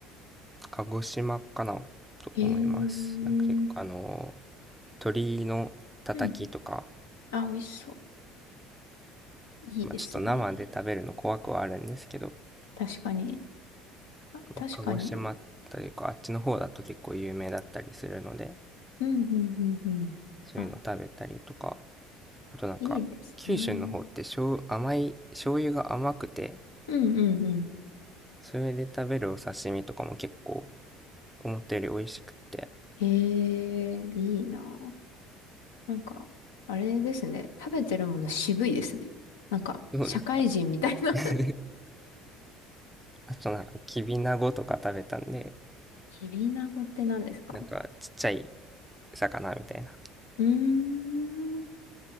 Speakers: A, in the centre; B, on the left.
A: 鹿児島かなと思います。
B: へえ。
A: なんか結構、あの鳥のたたきとか、
B: うん。あ、美味しそう。いいですね。
A: まあ、ちょっと生で食べるの怖くはあるんですけど、
B: 確かに。あ、
A: まあ、
B: 確かに。
A: 鹿児島というか、
B: うん
A: あっちの方だと結構有名だったりするので、
B: うんうんうん。
A: そういうの食べたりとか、
B: あ、
A: あとなんか、
B: いいですね。
A: 九州の方って醤甘い、醤油が甘くて、
B: うんうんうん。
A: それで食べるお刺身とかも結構思ったより美味しくって、
B: へえ、いいな。なんか、あれですね。食べてるもの渋いですね。なんか、
A: そうです
B: 社会人みたいな
A: ね。<laughs> あとなんか、きびなごとか食べたんで、
B: <laughs> きびなごって何ですか
A: なんかちっちゃい魚みたいな
B: うーん。